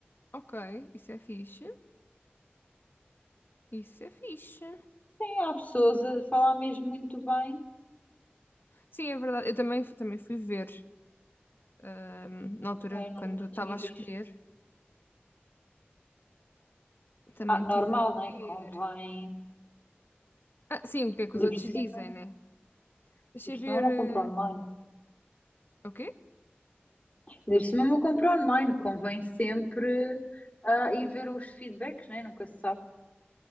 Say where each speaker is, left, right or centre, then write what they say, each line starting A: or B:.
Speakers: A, on the left; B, on the left.
A: Ok, isso é fixe. Isso é fixe.
B: Há pessoas a falar mesmo muito bem.
A: Sim, é verdade. Eu também, fu- também fui ver, ahm, na altura,
B: Eu não,
A: quando
B: não
A: estava
B: tinha
A: a escolher,
B: visto.
A: também
B: Ah, normal,
A: tive a
B: né?
A: ver.
B: Convém.
A: Ah, sim, o que é que
B: Ainda
A: os outros
B: por cima,
A: dizem,
B: ainda
A: né? Deixa
B: por
A: eu
B: cima
A: ver.
B: eu não
A: eh,
B: compro online.
A: O quê?
B: Ainda por cima eu não compro online. Convém sempre ah, ir ver os feedbacks, né? Nunca se sabe.